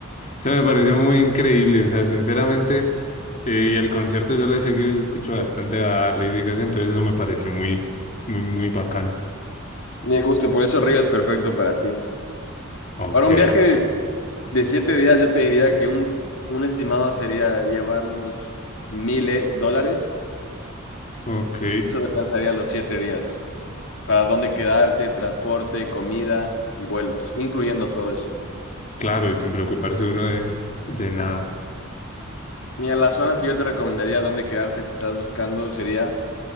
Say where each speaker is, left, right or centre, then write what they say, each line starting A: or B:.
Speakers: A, on the left; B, on the left.
A: Eso me pareció muy increíble, o sea, sinceramente, eh, y el concierto yo lo he seguido, yo escucho bastante a Lady Gaga, entonces eso me pareció muy, muy, muy bacano.
B: Y justo por eso Río es perfecto para ti.
A: Ok,
B: Para un viaje de siete días yo te diría que un, un estimado sería llevar unos mil eh, dólares.
A: ok,
B: Eso te alcanzaría los siete días. Para dónde quedarte, transporte, comida y vuelos, incluyendo todo eso.
A: claro, y sin preocuparse uno de, de nada.
B: Mira, las zonas que yo te recomendaría dónde quedarte si estás buscando sería